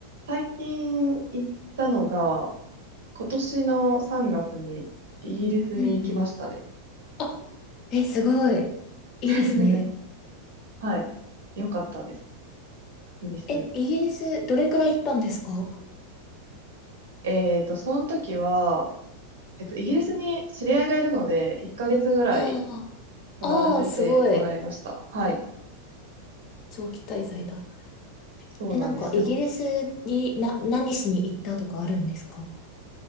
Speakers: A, on the right; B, on the left.
A: 最近行ったのが、今年の3月にイギリスに行きましたね。
B: うんうん。あ、え、すごい。いいですね。
A: <laughs> はい。よかったです。イギリス。
B: え、イギリスどれくらい行ったんですか
A: えっと、その時は、えっと、イギリスに知り合いがいるので、1ヶ月ぐらい
B: ああ、
A: 泊まらせてもらいました。
B: あーあー、すごい。
A: はい。
B: 長期滞在だ。
A: そうなんですよ。
B: え、なんか、イギリスにな、何しに行ったとかあるんですか